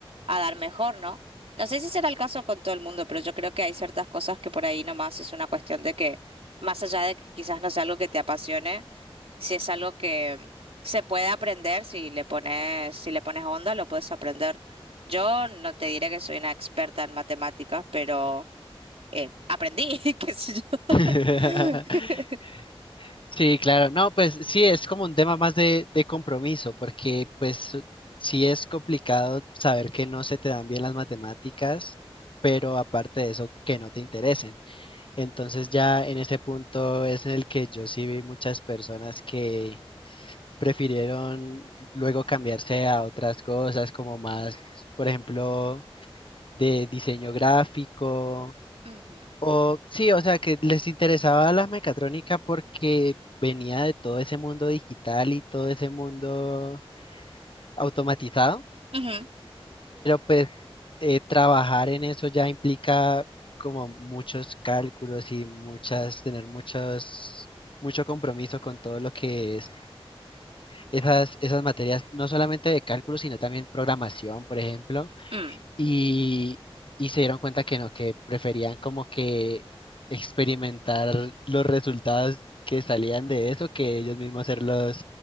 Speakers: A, on the right; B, on the left.
A: a dar mejor, ¿no? No sé si será el caso con todo el mundo, pero yo creo que hay ciertas cosas que por ahí nomás es una cuestión de que, más allá de que quizás no sea algo que te apasione, si es algo que se puede aprender, si le pones, si le pones onda, lo puedes aprender. Yo no te diré que soy una experta en matemáticas, pero eh, aprendí, <laughs> qué sé yo. <laughs>
B: <laughs> Sí, claro. No, pues sí, es como un tema más de, de compromiso, porque pues sí es complicado saber que no se te dan bien las matemáticas, pero aparte de eso, que no te interesen. Entonces ya en ese punto es en el que yo sí vi muchas personas que prefirieron luego cambiarse a otras cosas, como más, por ejemplo, de diseño gráfico
A: Ujú.
B: o sí, o sea, que les interesaba la mecatrónica porque venía de todo ese mundo digital y todo ese mundo automatizado.
A: Ujú.
B: Pues eh, trabajar en eso ya implica como muchos cálculos y muchas, tener muchos, mucho compromiso con todo lo que es esas, esas materias, no solamente de cálculo, sino también programación, por ejemplo.
A: Mm.
B: y, y se dieron cuenta que no, que preferían como que experimentar los resultados que salían de eso que ellos mismos ser los,